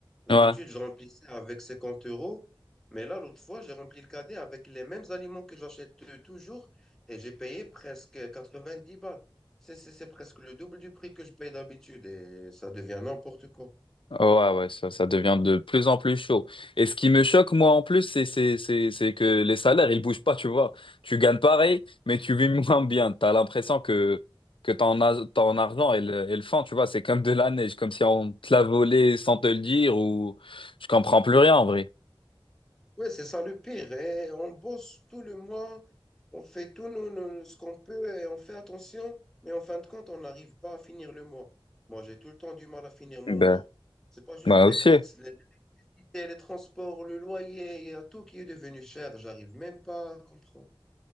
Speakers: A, in the centre; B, on the left (about 70°).
A: D'habitude,
B: Ouais.
A: je remplissais avec 50 euros, mais là, l'autre fois, j'ai rempli le caddie avec les mêmes aliments que j'achète euh, toujours et j'ai payé presque 90 balles. C'est c'est- c'est presque le double du prix que je paye d'habitude et ça devient n'importe quoi.
B: Ouais, ouais, ça, ça devient de plus en plus chaud. Et ce qui me choque, moi, en plus, c'est, c'est, c'est, c'est que les salaires, ils bougent pas, tu vois. Tu gagnes pareil, mais tu vis <laughs> moins bien. T'as l'impression que, que ton, a- ton argent et le, et le fond, tu vois, c'est comme de la neige, comme si on te l'a volé sans te le dire ou je comprends plus rien, en vrai.
A: Oui, c'est ça le pire. Et on bosse tout le mois, on fait tout nos- nos- ce qu'on peut et on fait attention, mais en fin de compte, on n'arrive pas à finir le mois. Moi, j'ai tout le temps du mal à finir mon
B: Ben,
A: mois. C'est pas juste
B: moi
A: les
B: aussi.
A: courses, les- l'électricité, les transports, le loyer, il y a tout qui est devenu cher. J'arrive même pas à comprendre.